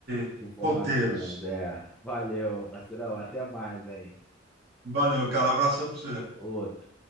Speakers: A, on the right; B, in the centre.
A: de
B: de informações,
A: roteiros.
B: é. Valeu, parceirão, até mais, hein?
A: Valeu, cara. Abração pra você.
B: Outro.